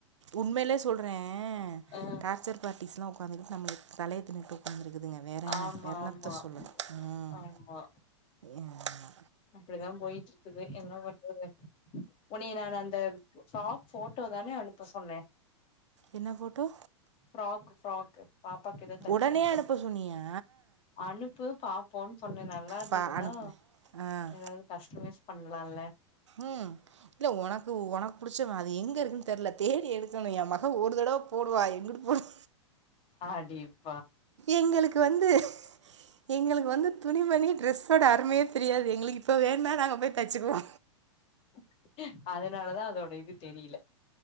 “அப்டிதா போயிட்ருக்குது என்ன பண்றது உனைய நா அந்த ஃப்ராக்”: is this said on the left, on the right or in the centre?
Left